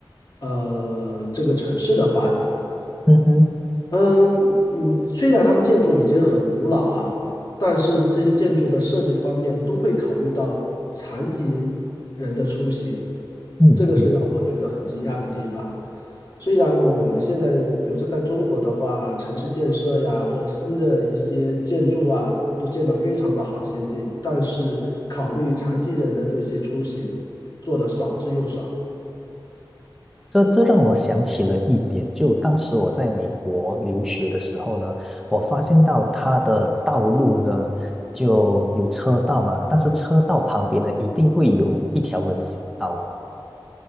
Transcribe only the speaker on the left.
呃这个城市的发展。
嗯，嗯，虽然他们建筑已经很古老啊，但是这些建筑的设计方面都会考虑到残疾人的出行，
这个是让我觉得很惊讶的地方。虽然我们现在，比如说在中国的话，城市建设呀和新的一些建筑啊，都建得非常的好先进，但是考虑残疾人的这些出行做的少之又少。